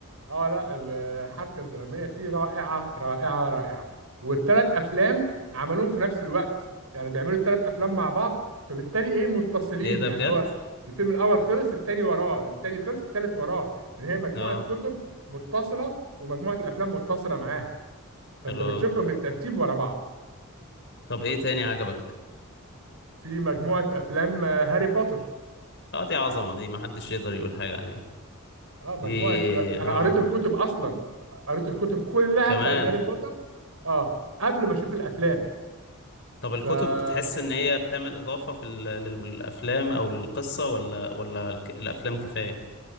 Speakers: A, on the right; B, on the left.
A: اه لا الحبكة الدرامية فيه رائعة رائعة رائعة والثلاث افلام عملوهم في نفس الوقت يعني بيعملوا الثلاث افلام مع بعض فبالتالي ايه متصلين
B: ايه ده
A: يعني
B: بجد
A: هو الفيلم الاول خلص التاني وراه التاني خلص التالت وراه ان هي مجموعة
B: اه
A: كتب متصلة ومجموعة الافلام متصلة معاها فانت
B: حلو
A: بتشوفهم
B: أوي
A: بالترتيب ورا بعض
B: طب ايه تاني عجبك
A: في مجموعة أفلام آه، هاري بوتر
B: اه دي عظمة دي ما حدش يقدر يقول حاجة عليها
A: اه مجموعة
B: دي
A: آه،
B: اه
A: أنا قريت الكتب أصلا قريت الكتب كلها
B: كمان
A: بتاعت هاري بوتر اه قبل ما أشوف الأفلام
B: طب الكتب
A: ف
B: بتحس ان هي بتعمل اضافة في ال- للافلام او للقصة ولا ولا الك- الافلام كفاية